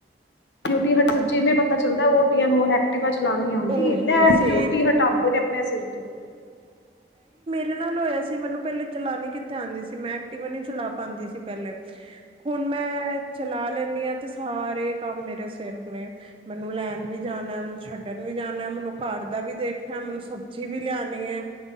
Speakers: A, on the left; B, on the right.
A: ਡਿਊਟੀ ਹਟ ਜਿਵੇਂ ਪਤਾ ਚੱਲਦਾ ਦੀਆਂ ਨੂੰ <inaudible> ਐਕਟਿਵਾ ਚਲਾਣੀ ਆਉਂਦੀ
B: ਉਹੀ
A: ਇਹ ਲੈ
B: ਸੇਮ
A: ਡਿਊਟੀ ਹਟਾਉਂਦੇ ਨੇ ਆਪਣੇ ਸਿਰ ਤੋਂ
B: ਰੇ ਨਾਲ ਹੋਇਆ ਸੀ ਮੈਨੂੰ ਪਹਿਲੇ ਚਲਾਣੀ ਕਿੱਥੇ ਆਉਂਦੀ ਸੀ। ਮੈਂ ਐਕਟੀਵਾ ਨੀ ਚਲਾ ਪਾਉਦੀ ਸੀ ਪਹਿਲੇ। ਹੁਣ ਮੈਂ ਚਲਾ ਲੈਂਦੀ ਹਾਂ ਤੇ ਸਾਰੇ ਕੰਮ ਮੇਰੇ ਸਿਰ ਨੇ ਮੈਨੂੰ ਲੈਣ ਵੀ ਜਾਨਾ ਛੱਡ <inaudible> ਵੀ ਜਾਣਾ ਮੈਨੂੰ ਘਰ ਦਾ ਵੀ ਦੇਖਣਾ ਮੈਨੂੰ ਸਬਜ਼ੀ ਵੀ ਲਿਆਉਣੀ ਹੈ।